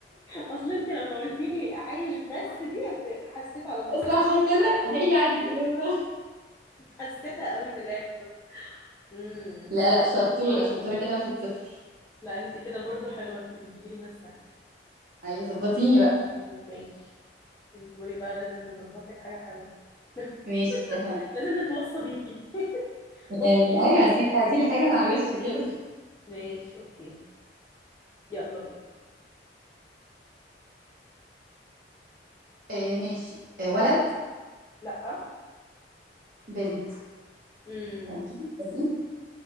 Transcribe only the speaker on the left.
<laughs> اصل انت لما قلت لي عايش بس دي ف- حسيت على طول
حسيتها قوي في الاخر امم
لا انت كده برضو حلوه انت بتجيبي لي ناس سهله
مم،
ماشي اصبري بقى لازم نظبط لك حاجة حلوة <laughs>
لازم نتوصى بيكي <laughs>
اوكي
ماشي اوكي يلا بينا
لا
امم